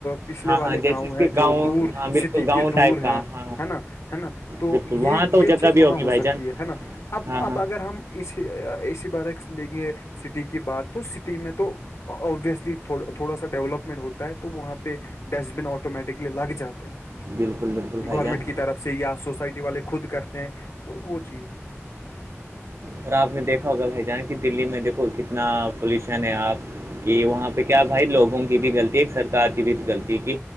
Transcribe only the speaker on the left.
پچھلے
والے
گاؤں
ہے
جو دور
سٹی
کے
دور
ہے
ہے نا ہے نا تو
یہ
یہ
چیز
وہاں
ہو
سکتی
ہے نا اب
اب اگر ہم اسی اسی بارک لیں گے سٹی کی بات تو سٹی میں تو ابویسلی تھوڑا سا ڈیولپمنٹ ہوتا ہے تو وہاں پہ ڈسٹ بن آٹومیٹکلی لگ جاتے ہیں
گورنمنٹ
کی طرف سے یا سوسائٹی والے خود کرتے ہیں تو وہ چیز